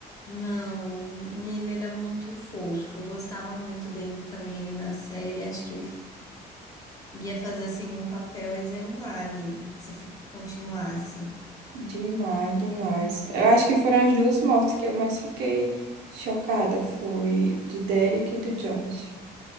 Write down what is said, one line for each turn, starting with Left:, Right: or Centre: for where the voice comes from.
Left: Não, e ele era muito fofo. Eu gostava muito dele também ali na série. Acho que ele ia fazer assim um papel exemplar ali, se fi- continuasse.
Right: Demais, demais. Eu acho que foram as duas mortes que eu mais fiquei chocada. Foi de Derek e do George.